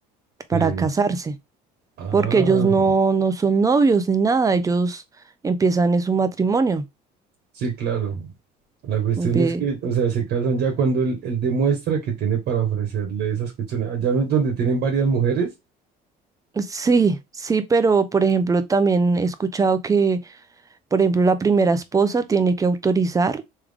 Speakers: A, on the right (about 20°); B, on the right (about 65°).
A: para
B: Sí.
A: casarse,
B: Ah,
A: porque ellos no, no son novios ni nada, ellos empiezan en su matrimonio.
B: sí, claro. La cuestión
A: Empie-
B: es que, o sea, se casan ya cuando él, él demuestra que tiene para ofrecerle esas cuestiones. Allá no es donde tienen varias mujeres.
A: Sí, sí, pero por ejemplo también he escuchado que, por ejemplo, la primera esposa tiene que autorizar